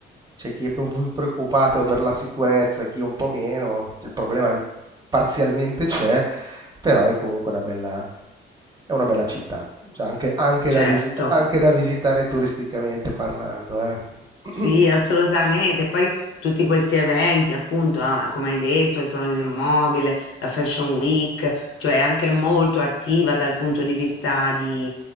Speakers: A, on the right; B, on the left.
A: c'è chi è più più preoccupato per la sicurezza, chi un po' meno, il problema in- parzialmente c'è, però è comunque una bella, è una bella città, Cioè, anche, anche
B: certo.
A: da visita- anche da visitare turisticamente parlando, eh. <clears throat>
B: Sì, assolutamente. Poi tutti questi eventi, appunto, ah, come hai detto, il Salone del Mobile, la Fashion Week, cioè è anche molto attiva dal punto di vista di